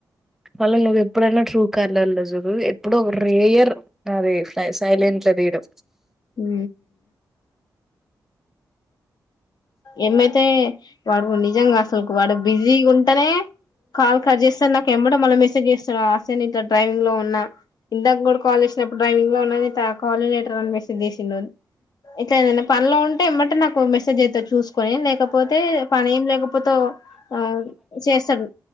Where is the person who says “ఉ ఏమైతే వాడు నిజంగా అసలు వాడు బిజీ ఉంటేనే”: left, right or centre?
Left